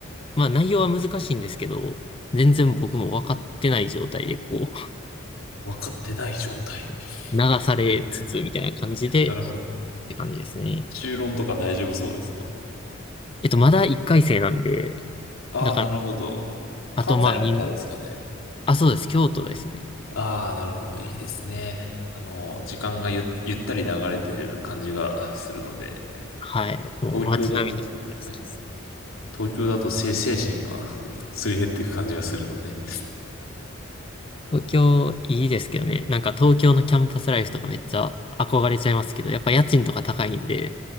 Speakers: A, on the left (about 25°); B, on the left (about 80°).
A: まあ内容は難しいんですけど、全然僕も分かってない状態でこう、
B: 分かってない状態。
A: <laughs> 流されつつみたいな感じで、
B: うなるほど。
A: って感じですね。
B: <laughs> 修論とか大丈夫そうですか
A: えっと、まだ1回生なんで、
B: ああー、
A: だから、
B: なるほど。
A: あとまあ、
B: 関西の方ですかね。
A: にあ、そうです。京都ですね。
B: ああ、なるほど。いいですね。あの、時間がゆ、ゆったり流れてる感じがするので、
A: はい。もう街並みとか大好きです。
B: 東京だと、はい、東京だと精、精神が <laughs> すり減っていく感じがするので。
A: 東京いいですけどね。なんか東京のキャンパスライフとかめっちゃ憧れちゃいますけど、やっぱ家賃とか高いんで、